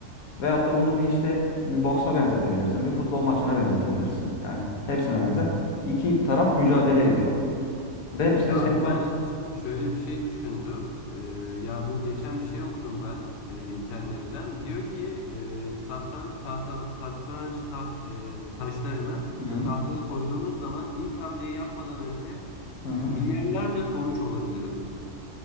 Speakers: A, on the left; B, on the left.
A: Veyahut da bunu bir işte bir boksa benzetebilirsin. Bir futbol maçına benzetebilirsin. Yani hepsine benzer. İki taraf mücadele ediyor. Ve işte
B: Ya
A: senin
B: abi
A: or
B: ben şimdi ş- şöyle bir şey düşündüm. Ee, ya bu geçen bir şey okudum ben e, internetten. Diyor ki e, satranç tahta satranç taht, e, taşlarını
A: Hı hı.
B: tahtaya koyduğunuz zaman ilk hamleyi yapmadan önce
A: Hı
B: milyarlarca
A: hı.
B: sonuç olabilir diyor